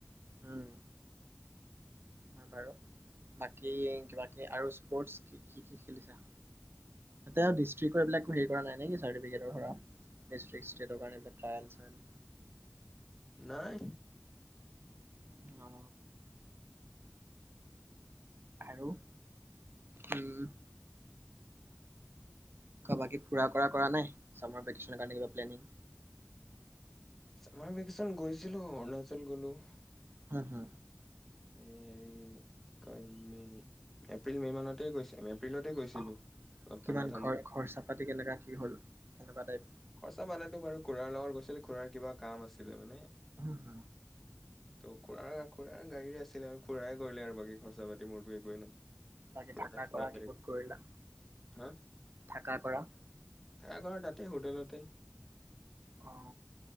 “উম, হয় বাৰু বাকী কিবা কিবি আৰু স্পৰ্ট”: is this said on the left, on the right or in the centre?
Right